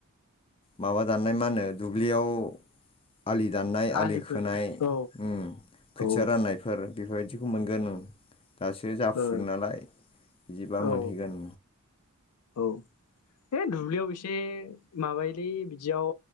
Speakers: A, on the left; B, on the left.
A: माबा दाननाय मा होनो दुब्लियाव आलि दाननाय आलि
B: आलिफोर
A: खोनाय
B: औ
A: उम खोथिया
B: ओ
A: राननायफोर बेबायदिखौ मोनगोन नों। दासो जाफुदों
B: औ
A: नालाय। जिबा
B: औ
A: मोन हैगोन।
B: औ। है दुब्लियाव एसे माबायोलै बिदियाव